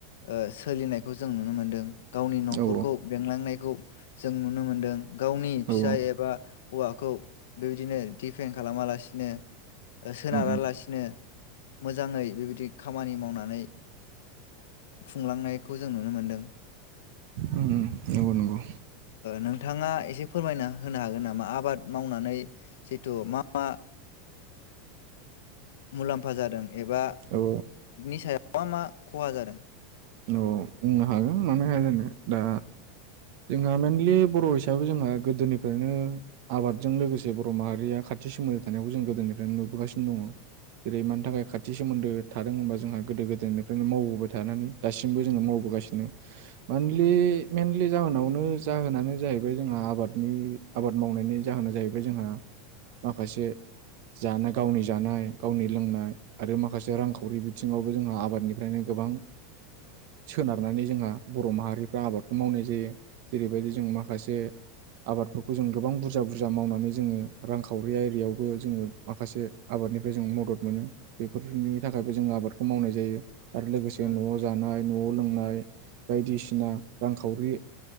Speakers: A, on the left (about 80°); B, on the right (about 55°).
A: ओ सोलिनायखौ जों नुनो मोनदों गावनि न'खरखौ
B: औ
A: बेंलांनायखौ जों नुनो मोनदों गावनि फिसाय
B: औ
A: एबा हौवाखौ बेबायदिनो दिफेन खालामालासिनो सोनारालासिनो
B: उम
A: मोजाङै बेबायदि खामानि मावनानै खुंलांनायखौ जों नुनो मोनदों
B: उम नंगौ नंगौ
A: नोंथाङा एसे फोरमायना होनो हागोन नामा आबाद मावनानै जिथु मा मा मुलाम्फा जादों एबा
B: औ
A: नि सायाव मा मा खहा जादों
B: औ बुंनो हागोन मानो हाया जानो दा जोंहा मइेनलि बर' हिसाबै जोंहा गोदोनिफ्रायनो आबादजों लोगोसे बर' माहारिया खाथि सोमोन्दो थानायखौ जों गोदोनिफ्रायनो नुबोगासिनो दङ जेरै मानि थाखाय खाथि सोमोन्दो थादों होनबा जोंहा गोदो गोदोनिफ्रायनो मावबोबाय थानानै दासिमबो जोङो मावबोगासिनो मेनलि आनि जाहोनावनो जाहोनानो जाहैबाय जोंहा आबादनि आबाद मावनायनि जाहोना जाहैबाय जोंहा माखासे जानाय गावनि जानाय गावनि लोंनाय आरो माखासे रांखावरि बिथिङावबो जोंहा आबादनिफ्रायनो गोबां सोनारनानै जोंहा बर' माहारिफ्रा आबादखौ खौ मावनाय जायो जेरैबायदि जों माखासे आबादफोरखौ जों गोबां बुरजा बुरजा मावनानै जोङो रांखावरि एरिायावबो जोङो माखासे आबादनिफ्राय जों मदद मोनो बेफोरनि थाखायबो जों आबादखौ खौ मावनाय जायो आरो लोगोसे
A: औ
B: न'आव जानाय न'आव लोंनाय बायदिसिना रांखावरि